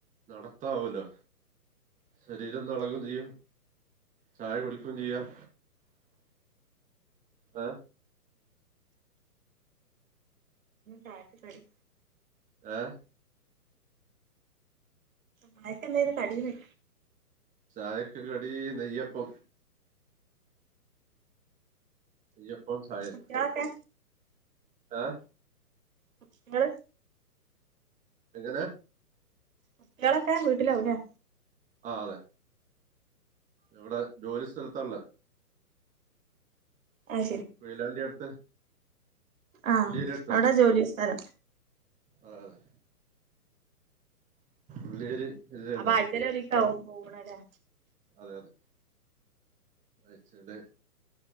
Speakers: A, on the right; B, on the right.
A: നട. ത്താവേല്ലോ, ശരീരം ഒന്ന് ഇളക്കുകയും ചെയ്യും. ചായ കുടിക്കയും ചെയ്യാം ഹ.
B: ചായക്ക് കടി <unintelligible>
A: ഏ
B: ചായക്കെന്തായി കടിയന്ന്.
A: ചായക്ക് കടി നെയ്യപ്പം. നെയ്യപ്പം ചായെ.
B: കുട്ടികളൊക്കെ
A: ആഹ
B: കുട്ടികൾ
A: എങ്ങനെ.
B: കുട്ടികളൊക്കെ വീട്ടിലാവുല്ലേ.
A: ആ അതെ. ഇവിടെ ജോലി സ്ഥലത്തുള്ള.
B: അത്
A: വെയിലാണ്ടി അടുത്ത്.
B: ആ
A: ഉള്ളിയേരി അടുത്താ
B: അവിടെ ജോലി
A: ഉം,
B: സ്ഥലം.
A: അതെ അതെ. ഉള്ളിയേരി പരിചയണ്ടോ
B: അപ്പൊ ആഴ്ച്ചല് ഒരിക്കാവും. പോണലെ
A: അതെ അതെ അയച്ചല്